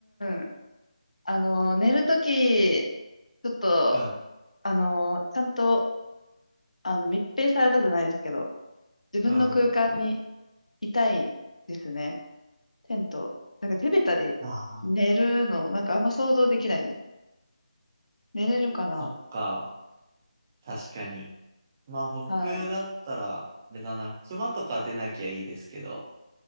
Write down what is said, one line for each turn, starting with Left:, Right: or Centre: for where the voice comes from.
Left: ーん、あの、寝るとき、ちょっと、
Right: うん、
Left: あの、ちゃんと、あの、密閉されたじゃないですけど、自分の空間に
Right: うん。
Left: いたいですね。テント。なんか手べたり寝るの、
Right: ああ、
Left: なんかあんま想像できないです。寝れるかな
Right: そっか。確かに。まあ僕だったら、
Left: はい。
Right: あれだな、熊とか出なきゃいいですけど、